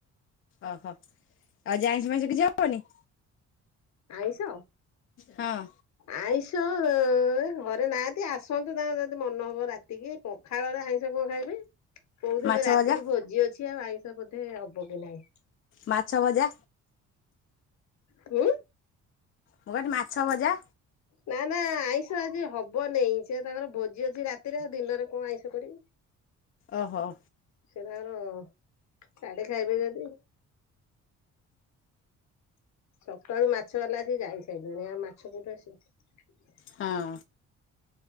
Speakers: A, on the left; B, on the left.
A: ଓହୋ ଆଉ ଆଜି ଆଇଁଷ ଫାଇଁସ କିଛି ହବନି?
B: ଆଇଁଷ
A: ହଁ।
B: ଆଇଁଷ ଏ ଘରେ ନା ଆଜି ଆସନ୍ତୁ ତାଙ୍କର ଯଦି ମନ ହବ ରାତିକି ପଖାଳରେ ଆଇଁଷ କଣ ଖାଇବେ କହୁଥିଲେ
A: ମାଛ
B: ରାତି
A: ଭଜା
B: କିି ଭୋଜି ଅଛି ଆଉ ଆଇଁଷ ବୋଧେ ହବ କି ନାହିଁ।
A: ମାଛ ଭଜା
B: ହଁ।
A: ମୁଁ କହିନି ମାଛ ଭଜା
B: ନା ନା ଆଇଁଷ ଆଜି ହବନେଇଁ ସେ ତାଙ୍କର ଭୋଜି ଅଛି ରାତିରେ ଆଉ ଦିନରେ କଣ ଆଇଁଷ କରିବି।
A: ଓହୋ।
B: ସେ ତାଙ୍କର ସାଢ଼େ ଖାଇବେ ଯଦି ସକାଳୁ ମାଛ ବାଲା ଆସିକି ଯାଇ ସାଇଲେନି ଆଉ ମାଛ କୋଉଠୁ ଆସିବ।
A: ହଁ।